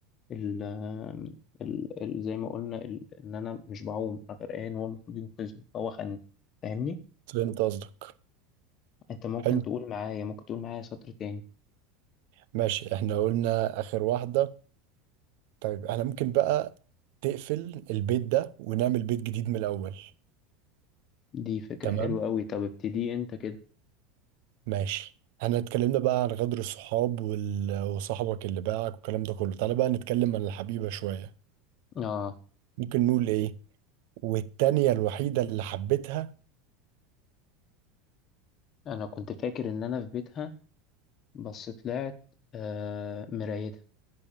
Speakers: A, on the left (about 35°); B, on the right (about 70°).
A: ال ال ال زي ما قلنا ال ان انا مش بعوم انا غرقان هو المفروض ينقذني فهو خدني فاهمني
B: فهمت قصدك
A: انت ممكن
B: حلو
A: تقول معايا ممكن تقول معايا سطر تاني
B: ماشي احنا قلنا اخر واحدة طيب احنا ممكن بقى تقفل البيت ده ونعمل بيت جديد من الاول
A: دي فكرة
B: تمام
A: حلوة أوي طب ابتدي أنت كده
B: ماشي احنا اتكلمنا بقى عن غدر الصحاب وال... وصاحبك اللي باعك والكلام ده كله تعالى بقى نتكلم عن الحبيبة شوية
A: آه
B: ممكن نقول ايه والتانية الوحيدة اللي حبيتها
A: أنا كنت فاكر إن أنا في بيتها بس طلعت آه مرايتها